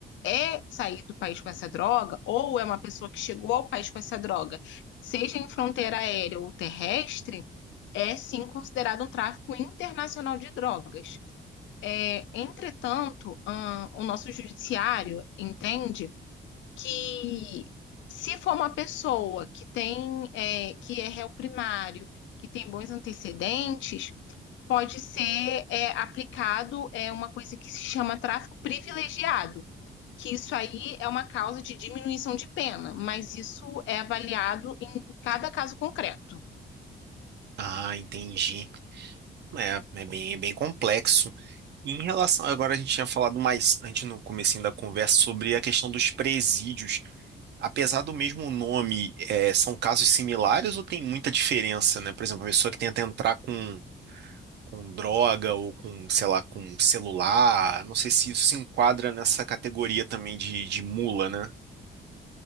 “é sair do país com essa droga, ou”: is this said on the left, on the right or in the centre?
Left